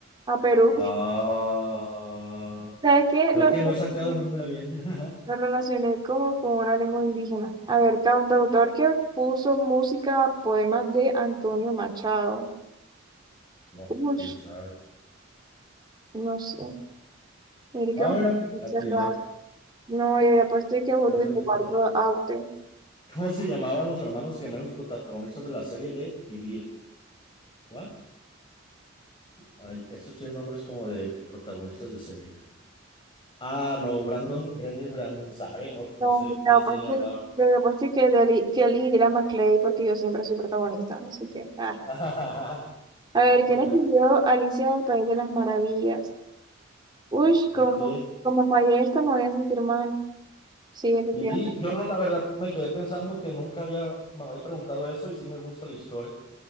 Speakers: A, on the right; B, on the left.
A: a Perú.
B: Ah,
A: ¿Sabes qué?
B: creo
A: Lo
B: que
A: relacioné,
B: no he sacado ni una bien. <laughs>
A: lo relacioné como con una lengua indígena. A ver, cantautor que puso música a poemas de Antonio Machado.
B: No,
A: Ush,
B: quién sabe.
A: no sé. Mire que
B: Ah,
A: Juan
B: mira,
A: cerrado.
B: atiné.
A: No, yo había puesto y que Julio
B: No sé
A: Eduardo
B: ni quién es.
A: Aute.
B: ¿Cómo se llamaban los hermanos gemelos protagonistas de la serie de Vivir? ¿What? Ay, estos tienen nombres como de protagonistas de serie. Ah, no, Brandon, Brenda y Brandon, ¿sabe? No,
A: No,
B: no sé de
A: yo
B: qué
A: había
B: serie
A: puesto,
B: hablaban.
A: yo había puesto y que Deli- Kelly y Dylan McLean, porque yo siempre soy protagonista. Así que, ah.
B: <laughs>
A: A ver,
B: Toca.
A: ¿quién escribió Alicia del País de las Maravillas? Uy, como,
B: Ok.
A: como fallé esta, me voy a sentir mal. Sí, efectivamente.
B: Y yo no, la verdad, me quedé pensando que nunca había, me había preguntado eso y sí me gusta la historia.